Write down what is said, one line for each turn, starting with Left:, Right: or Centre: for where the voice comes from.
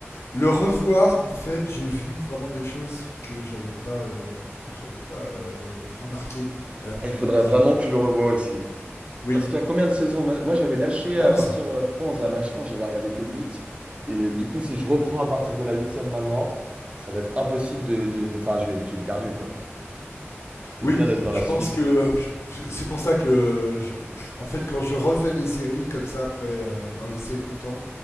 Left: le revoir, en fait, j'ai vu vraiment des choses que j'avais pas, euh, que j'avais pas euh, remarquées à la première
Right: Ah, il faudrait
Left: vision.
Right: vraiment que je le revoie aussi.
Left: Oui,
Right: Parce qu'il y a combien de saisons? Moi moi, j'avais lâché à
Left: 11.
Right: partir euh, 11 à Match France, j'avais regardé que huit Et du coup, si je reprends à partir de la huitième maintenant, ça va être impossible de... de, de- Enfin, je vais, être- je vais être perdu quoi. Je
Left: Oui,
Right: vais bien être dans
Left: je
Right: la
Left: pense
Right: suite.
Left: que je- c'est pour ça que, je- en fait, quand je refais des séries comme ça, après euh, avoir laissé longtemps,